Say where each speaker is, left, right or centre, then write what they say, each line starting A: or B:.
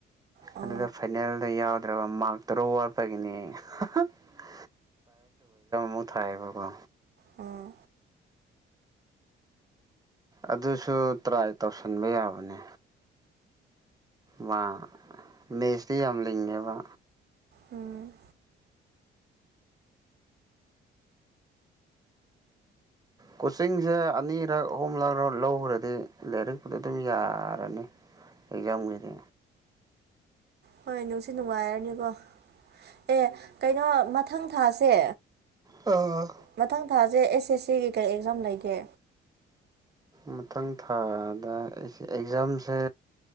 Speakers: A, on the right (about 55°); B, on the right (about 20°).
A: ꯑꯣ
B: ꯑꯗꯨꯗ ꯐꯥꯏꯅꯦꯜꯗ ꯌꯥꯎꯗ꯭ꯔꯕ ꯃꯥꯛ ꯇꯔꯨꯛ ꯋꯥꯠꯄꯒꯤꯅꯦ <unintelligible> ꯃꯨꯛ ꯊꯥꯥꯏꯌꯦꯕꯀꯣ
A: ꯑꯣ
B: ꯑꯗꯨꯁꯨ ꯇ꯭ꯔꯥꯏ ꯇꯧꯁꯟꯕ ꯌꯥꯕꯅꯦ ꯃꯥ ꯃꯦꯁꯇꯤ ꯌꯥꯝ ꯂꯤꯡꯉꯦ ꯃꯥ
A: ꯎꯝ
B: ꯀꯣꯆꯤꯡꯁꯦ ꯑꯅꯤꯔꯛ ꯑꯍꯨꯝꯂꯛ ꯔꯧ ꯂꯧꯔꯗꯤ ꯂꯥꯏꯔꯤꯛ <unintelligible> ꯌꯥꯔꯅꯤ ꯑꯦꯛꯖꯥꯝꯒꯤꯗꯤ
A: ꯍꯣꯏ ꯅꯨꯡꯁꯨ ꯅꯨꯡꯉꯥꯏꯔꯅꯤꯀꯣ ꯑꯦ ꯀꯩꯅꯣ ꯃꯊꯪ ꯊꯥꯁꯦ
B: ꯑꯥ
A: ꯃꯊꯪ ꯊꯥꯁꯦ ꯑꯦꯁ ꯑꯦꯁ ꯁꯤꯒꯤ ꯀꯩ ꯑꯦꯛꯖꯥꯝ ꯂꯩꯒꯦ
B: ꯃꯊꯪ ꯊꯥꯗ ꯑꯦꯁ ꯑꯦꯛꯖꯥꯝꯁꯦ